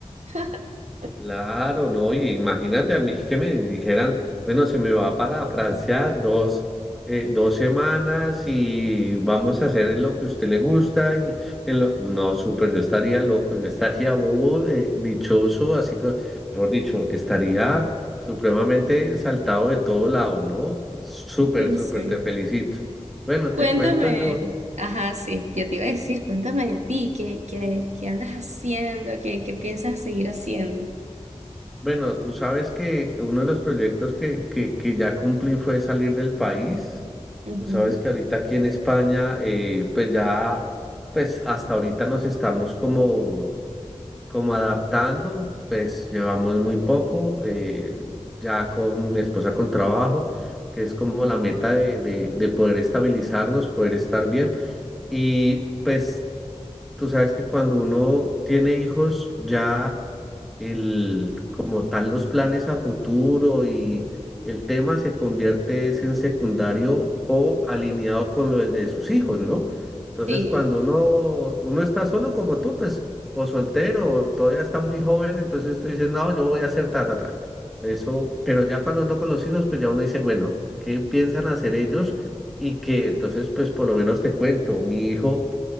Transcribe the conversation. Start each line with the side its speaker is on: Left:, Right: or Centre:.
Right: <laughs>
Centre: Claro, no, y imagínate a mí que me dijeran, bueno, se me va para Francia dos, eh, dos semanas y vamos a hacer lo que a usted le gusta y en lo, no, súper, yo estaría loco, yo estaría bobo, eh, dichoso, así que, mejor dicho, estaría supremamente saltado de todo lado, ¿no? Súper, súper,
Right: Sí.
Centre: te felicito. Bueno,
Right: Cuéntame,
Centre: te cuento yo.
Right: ajá, sí, ya te iba a decir, cuéntame de ti, qué, qué, qué andas haciendo, qué, qué piensas seguir haciendo.
Centre: Bueno, tú sabes que uno de los proyectos que, que, que ya cumplí fue salir del país.
Right: Ujú.
Centre: Tú sabes que ahorita aquí en España, eh, pues ya, pues hasta ahorita nos estamos como, como adaptando, pues llevamos muy poco, eh, ya con mi esposa con trabajo, que es como la meta de, de, de poder estabilizarnos, poder estar bien. Y pues tú sabes que cuando uno tiene hijos, ya el, como tal los planes a futuro y el tema se convierte es en secundario o alineado con lo de sus hijos, ¿no? Entonces,
Right: Sí.
Centre: cuando uno, uno está solo como tú, pues, o soltero, o todavía está muy joven, entonces tú dices, no, yo voy a hacer ta, ta, ta. Eso, pero ya cuando uno con los hijos, pues ya uno dice, bueno, ¿qué piensan hacer ellos? Y que entonces, pues por lo menos te cuento, mi hijo